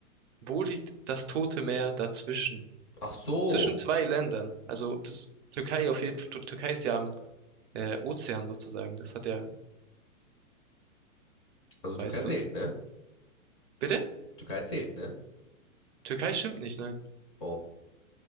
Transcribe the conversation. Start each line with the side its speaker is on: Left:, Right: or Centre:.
Right: Wo liegt das Tote Meer dazwischen?
Left: Ach so.
Right: Zwischen zwei Ländern. Also das Türkei auf jeden Fall. Tür- Türkei ist ja am äh, Ozean sozusagen. Das hat ja,
Left: Also Türkei
Right: weißt
Left: zählt,
Right: du's?
Left: ne?
Right: Bitte?
Left: Türkei zählt, ne?
Right: Türkei stimmt nicht, nein.
Left: Oh.